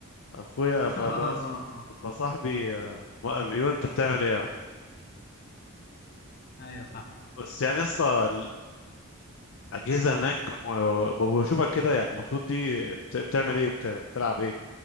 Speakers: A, on the left (about 60°); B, on the left (about 45°).
A: اخويا ف...
B: اه
A: ف...
B: اه
A: فصاحبي آه، وقف بيقول انت بتعمل ايه
B: ايوه صح
A: بس يعني لسه اجهزه هناك و- و- بشوفك كده يعني المفروض دي بت- بتعمل ايه بت- بتلعب ايه